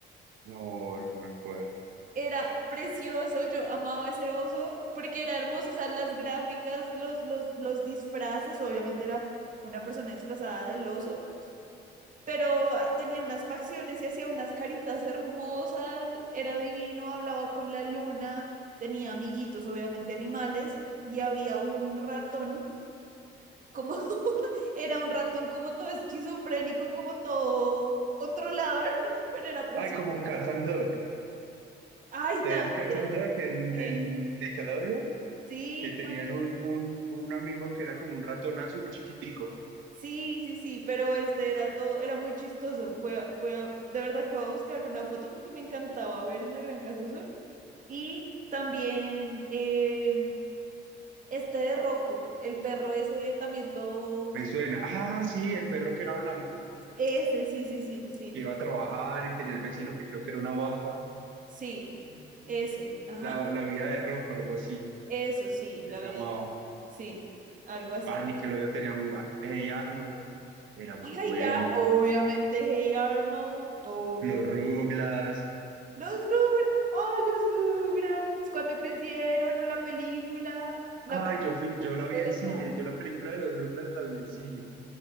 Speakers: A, on the right; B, on the right.
A: No, no no me acuerdo.
B: Era precioso, yo amaba ese oso porque era hermoso, o sea, las gráficas, los, los, los disfraces, obviamente era una persona disfrazada del oso pero tenía unas facciones y hacía unas caritas hermosas, era divino, hablaba con la luna, tenía amiguitos, obviamente animales, y había un ratón, como <laughs> era un ratón como todo esquizofrénico, como todo controlador, <laughs> pero era precioso.
A: Ay, como Cat and Dog.
B: Ay,
A: ¿Te
B: también.
A: veías Cat and Dog en,
B: eh,
A: en Nickelodeon?
B: Sí,
A: Que tenían
B: tam-
A: un, un, un amigo que era como un ratón azul chiquitico.
B: sí, sí, sí, pero este era todo, era muy chistoso. Voy a, voy a, de verdad que voy a buscar una foto porque me encantaba ver en la Gran Casa Azul Y también eh, este de Rocco, el perro ese también todo.
A: Me
B: <laughs>
A: suena. Ah, sí, el perro que era blanco,
B: Ese, sí, sí, sí, sí.
A: que iba a trabajar y tenía el vecino que creo que era una vaca.
B: Sí, ese. Ajá.
A: La, la vida de Rocco, algo así,
B: Eso sí, la
A: se llamaba.
B: vida. Sí, algo así.
A: Ah, Nickelodeon tenía muy... bu- Hey Arnold. Era muy
B: Ay,
A: bueno.
B: Ar- obviamente, Hey Arnold, obvio.
A: Los Ruglas.
B: Los Rugrats, ah, los Rugrats, cuando crecieron, o la película, la
A: Ay, yo fui, yo la vi
B: película.
A: en cine, yo la película de los Ruglas la vi en cine.